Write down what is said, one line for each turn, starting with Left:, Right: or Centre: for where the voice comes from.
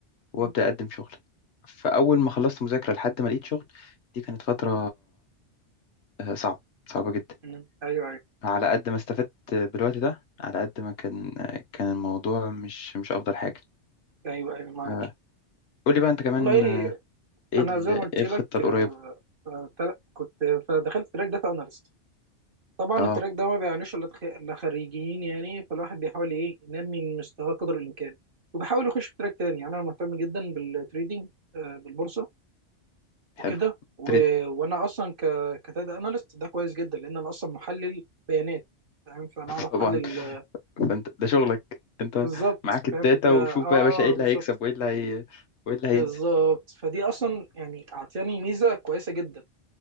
Left: وابدا
Right: م-
Left: اقدم شغل فاول ما خلصت مذاكره لحد ما لقيت شغل دي كانت فتره آه، صعبه صعبه جدا
Right: م. ايوه ايوه
Left: على قد ما استفدت بالوقت ده على قد ما كان آه، كان الموضوع مش مش افضل حاجه
Right: ايوه ايوه معاك
Left: آه، قول لي بقى انت كمان
Right: والله
Left: آه، ايه
Right: انا
Left: ال-
Right: زي ما قلت
Left: ايه
Right: لك
Left: الخطه القريبه
Right: آه، آه، تل- كنت فدخلت تراك داتا اناليست طبعا
Left: اه
Right: التراك ده ما بيعنيش الا تخ- إلا خريجين يعني فالواحد بيحاول ايه ينمي من مستواه قدر الامكان وبحاول يخش في تراك تاني يعني انا مهتم جدا بالتريدينج آه، بالبورصة وكده
Left: حلو
Right: و...
Left: تريد
Right: وانا اصلا ك... كداتا اناليست ده كويس جدا لان انا اصلا محلل بيانات فاهم فانا اعرف
Left: طبعا
Right: احلل
Left: فانت ده شغلك انت
Right: بالظبط
Left: معاك الداتا
Right: فاهم فا
Left: وشوف
Right: اه
Left: بقى يا باشا ايه اللي
Right: بالظبط
Left: هيكسب وايه اللي هي... وايه اللي هينزل
Right: بالظبط فدي اصلا يعني اعطاني ميزه كويسه جدا